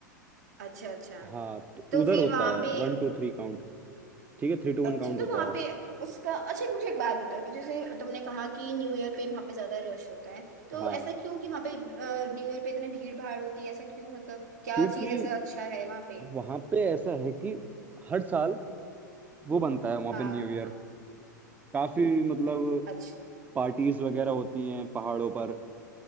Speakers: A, on the right (about 65°); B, on the right (about 15°).
A: अच्छा अच्छा
B: हाँ तो
A: तो
B: उधर
A: फिर
B: होता
A: वहां
B: है
A: पे
B: वन टू थ्री काउंट ठीक है थ्री टू
A: अच्छा
B: वन काउंट
A: तो
B: होता
A: वहां
B: है
A: पे उसका अच्छा एक मुझे एक बात बताओ जैसे तुमने कहा कि न्यू ईयर पे वहां पे ज्यादा रश होता है तो
B: हाँ
A: ऐसा क्यों कि वहां पे न्यू ईयर पे इतनी भीड़ भाड़ होती है ऐसा क्यों मतलब क्या
B: क्योंकि
A: चीज ऐसा अच्छा है वहां पे
B: वहां पे ऐसा है कि हर साल वो बनता है वहां
A: हाँ
B: पे न्यू ईयर काफी मतलब
A: अच्छा
B: पार्टीज वगैरह होती हैं पहाड़ों पर